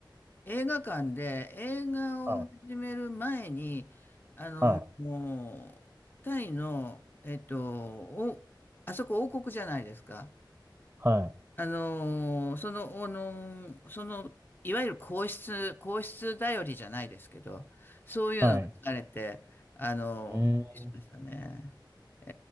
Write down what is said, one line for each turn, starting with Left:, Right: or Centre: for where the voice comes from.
Left: 映画館で映画を始める前に、
Right: はい。はい。
Left: もう、タイの、えっと、お、あそこ王国じゃないですか。
Right: はい。
Left: あのー、その、あのー、その、いわゆる皇室、皇室頼りじゃないですけど、そういうのがされて、
Right: はい。
Left: あのー、
Right: うーん。
Left: びっくりしましたね。え